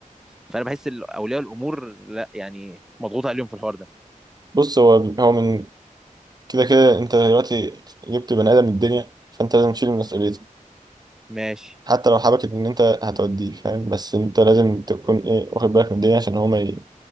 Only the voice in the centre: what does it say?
فانا بحس إن اولياء الامور لا يعني مضغوط عليهم في الحوار ده
ماشي